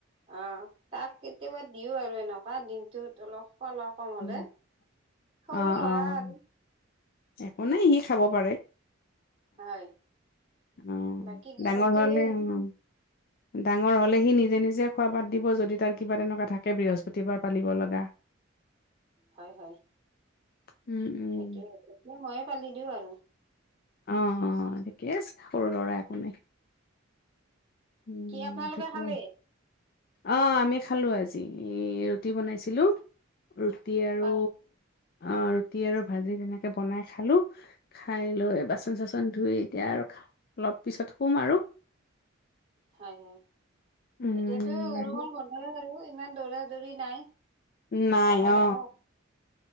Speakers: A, on the right (about 25°); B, on the left (about 45°).
A: অঁ' তাক কেতিয়াবা দিও আৰু এনেকুৱা দিনটোত অলপ খল- কম হলে
B: অ',
A: সৰু
B: অ',
A: ল'ৰা আৰু।
B: একো নাই সি খাব পাৰে।
A: হয়।
B: উম'
A: বাকী গৰমটোহে
B: ডাঙৰ হলে
A: যি
B: উম'। ডাঙৰ হলে সি নিজে নিজে খোৱা বাদ দিব যদি তাৰ কিবা তেনেকুৱা থাকে বৃহস্পতিবাৰ পালিব লগা। <inaudible>
A: হয় হয়।
B: উম, উম,
A: সেইটোয়ে এটো ময়ে পালি দিওঁ আৰু।
B: অঁ অঁ থিকে আছে, সৰু ল'ৰা একো নাই। উম'
A: কি আপোনালোকে
B: ঠিকে
A: খালে
B: আছে। অঁ' আমি খালো আজি ৰুটি বনাইছিলো। ৰুটি আৰু
A: হয়
B: অঁ ৰুটি আৰু ভাজি তেনেকে বনাই খালো। খাই লৈ বাচন-চাচন ধুই এতিয়া আৰু অলপ পিছত শুম আৰু।
A: হয় হয়,
B: উম
A: এতিয়াতো গৰমত বন্ধৰে আৰু ইমান দৌৰা-দৌৰি নাই।
B: নাই
A: লাহে
B: অ
A: লাহে।